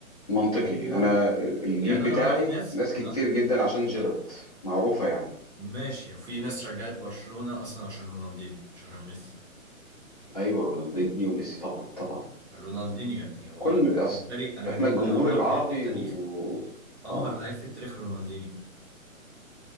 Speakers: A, on the left; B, on the right.
A: منطقي
B: لا
A: انا ال- الجيل
B: يعني
A: بتاعي
B: انا اعرف ناس
A: ناس كتير
B: انا
A: جدا عشان جيرارد معروفة يعني
B: ماشي في ناس رجعت برشلونة اصلا عشان رونالدينيو مش عشان ميسي
A: ايوه رونالدينيو وميسي طبعا طبعا
B: رونالدينيو يعني هو
A: كل أص...
B: بالنسبة لي انا بالنسبة
A: احنا الجمهور
B: لي امهر
A: العربي
B: لعيب في التاريخ
A: و
B: امهر
A: اه
B: لعيب في التاريخ رونالدينيو